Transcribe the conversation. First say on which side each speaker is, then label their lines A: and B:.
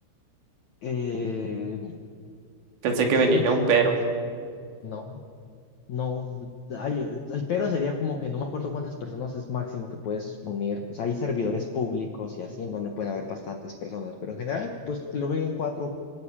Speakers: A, on the left; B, on the right.
A: Eh,
B: Pensé que
A: sí,
B: venía
A: sí,
B: un
A: lo
B: pero.
A: puedes. No, no. Ay, el pero sería como que no me acuerdo cuántas personas es máximo que puedes unir. O sea, hay servidores públicos y así en donde pueden haber bastantes personas, pero en general, pues que lo jueguen cuatro